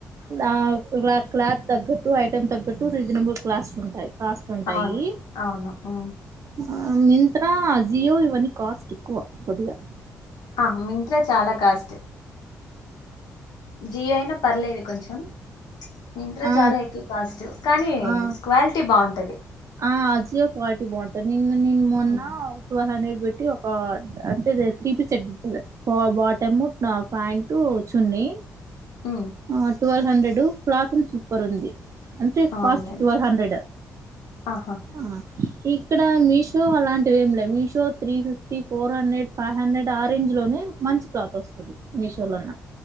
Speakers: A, on the right; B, on the left.
A: ఆ క్ల క్లాత్ తగ్గట్టు ఐటమ్ తగ్గట్టు రీజనబుల్ క్స్ట్ ఉంటాయి కాస్ట్ ఉంటాయి
B: అవును అవును ఉ
A: ఆ మింత్ర అజియో ఇవన్నీ కాస్ట్ ఎక్కువ కొద్దిగా
B: ఆ మింత్ర చాలా కాస్ట్ జి అయినా పర్లేదు కొంచెం మింత్ర
A: ఆ
B: చాలా ఎక్కువ కాస్ట్ కానీ
A: ఆ
B: క్వాలిటీ బాగుంటది
A: ఆ అజియో క్వాలిటీ బాగుంటుంది నిన్న నిను మొన్న
B: ఉమ్
A: ట్వెల్వ్ హండ్రెడ్ పెట్టి ఒక అంటే త్రి పీస్ సెట్ బుక్ చేశా బాటమ్ ప్యాంటు చున్ని
B: ఉ
A: ఆ ట్వల్వ్ హండ్రెడ్ క్లాత్న్ సూపర్ ఉంది అంటే
B: అవునులేండి
A: ఫస్ట్ ట్వల్ హండ్రెడ్
B: ఆహా
A: ఆ ఇక్కడ మీషో అలాంటివి ఏమి లే Meesho three fifty four hundred five hundred ఆరేంజ్లోనే మంచి క్లాత్ వస్తుంది మీషోలోన్న